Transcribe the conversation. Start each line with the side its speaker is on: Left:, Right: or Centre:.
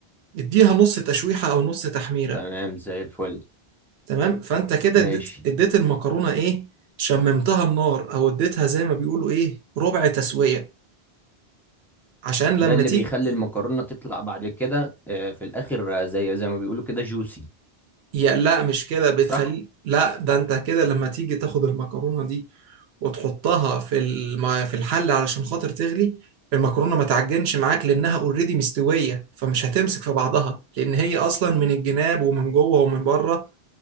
Right: اديها نص تشويحة أو نص تحميرة
Centre: تمام زي الفل
Right: تمام فأنت كده
Centre: ماشي
Right: اديت اديت المكرونة إيه شممتها النار أو اديتها زي ما بيقولوا إيه ربع تسوية عشان لما
Centre: ده اللي
Right: تيجي
Centre: بيخلي المكرونة تطلع بعد كده آه، في الآخر آه، زي زي ما بيقولوا كده جوسي
Right: يا لا مش كده بتخلي
Centre: صح؟
Right: لا ده انت كده لما تيجي تاخد المكرونة دي وتحطها في الم... في الحل علشان خاطر تغلي المكرونة ما تعجنش معاك لأنها اوريدي مستوية فمش هتمسك في بعضها لأن هي أصلا من الجناب ومن جوه ومن بره